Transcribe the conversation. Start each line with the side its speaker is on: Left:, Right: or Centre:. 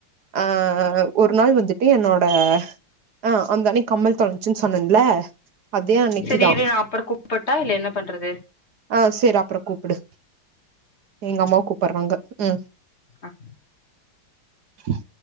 Right: ஆ ஒரு நாள் வந்துட்டு என்னோடு ட ஆ அந்தண்ணி கம்மல் தொலஞ்சுன் சொன்னன்ல அதே அன்னைக்குதா
Left: செரி இரு நா அப்றோ கூப்பட்டா இல்ல என்ன பண்றது
Right: ஆ சேர் அப்புறோ கூப்புடு எங்க அம்மாவ் கூப்பறாங்க ம்
Left: அ
Right: ஹ